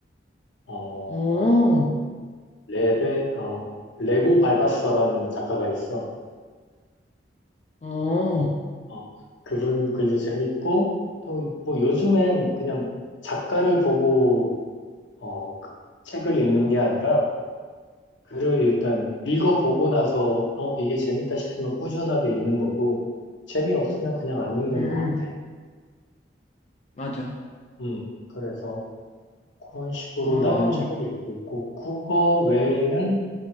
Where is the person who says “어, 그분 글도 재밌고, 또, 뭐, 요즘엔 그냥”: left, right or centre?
Left